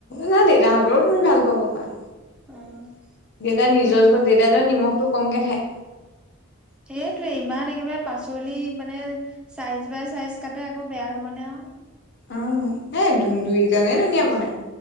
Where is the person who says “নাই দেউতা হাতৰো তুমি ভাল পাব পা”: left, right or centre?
Left